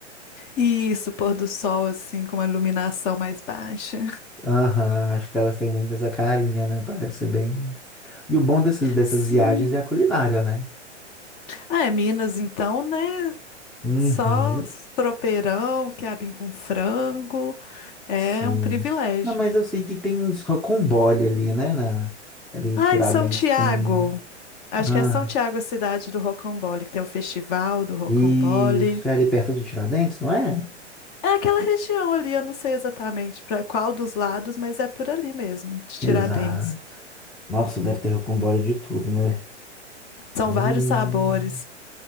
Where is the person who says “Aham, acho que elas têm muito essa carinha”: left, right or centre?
Centre